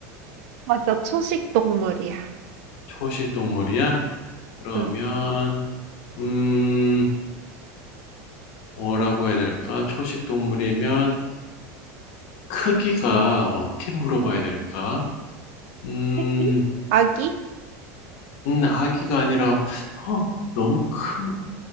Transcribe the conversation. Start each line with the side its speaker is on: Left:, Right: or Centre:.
Right: 맞아. 초식 동물이야.
Left: 초식 동물이야? 그러면,
Right: 응.
Left: 음, 뭐라고 해야 될까? 초식 동물이면 크기가 어떻게 물어봐야 될까? 음,
Right: 새끼? 아기?
Left: 음, 아기가 아니라, 어, 너무 큰,